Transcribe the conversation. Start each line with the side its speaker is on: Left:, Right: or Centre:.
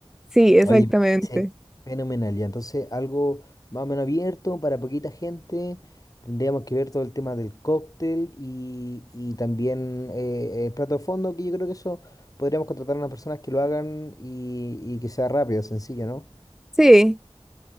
Centre: sí, exactamente.
Left: Oye, me parece fenomenal. Ya, entonces algo más o menos abierto para poquita gente. Tendríamos que ver todo el tema del cóctel y, y también eh, el plato de fondo, que yo creo que eso podríamos contratar a unas personas que lo hagan y, y que sea rápido, sencillo, ¿no?
Centre: Sí.